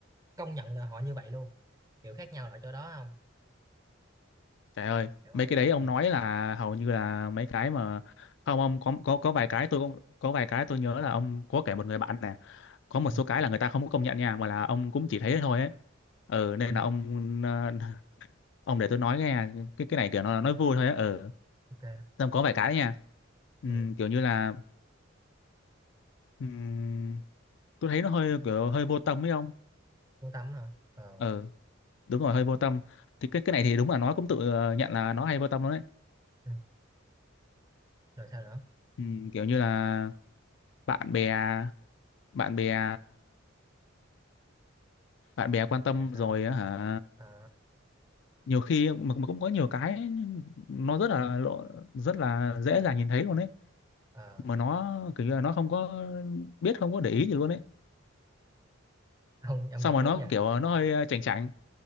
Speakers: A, on the right; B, on the left.
A: công nhận là họ như vậy luôn kiểu khác nhau là ở chỗ đó không
B: trời ơi
A: hiểu không
B: mấy cái đấy ông
A: ừ
B: nói là hầu như là mấy cái mà không ông có có có vài cái tôi có, có vài cái tôi nhớ là ông có kể một người bạn nè có một
A: ừ
B: số cái là người ta không có công nhận nha mà là ông cũng chỉ thấy thế thôi ấy ừ nên
A: ừ
B: là ông ờ, <laughs> ông để tôi nói nghe cái cái này kiểu nó nói vui thôi ấy ừ
A: ok
B: xong có vài cái đấy nha Ừm,
A: ừ
B: kiểu như là ừm, tôi thấy nó hơi kiểu hơi vô tâm ấy không
A: muốn tắm hả ờ
B: ừ đúng rồi hơi vô tâm thì cái cái này thì đúng là nó cũng tự ờ, nhận là nó hay vô tâm luôn đấy
A: ừ. rồi sao nữa
B: Ừm, kiểu như là bạn bè bạn bè bạn bè quan
A: bạn
B: tâm
A: bè là sao
B: rồi á hả
A: ờ
B: nhiều khi mà, mà cũng có nhiều cái nó rất là lộ rất là dễ dàng nhìn thấy luôn ấy
A: ờ
B: mà nó kiểu như là nó không có biết không có để ý gì luôn ấy
A: ông ông
B: xong
A: giỏi
B: rồi
A: quá
B: nó
A: nha
B: kiểu ờ, nó hơi ờ, chảnh chảnh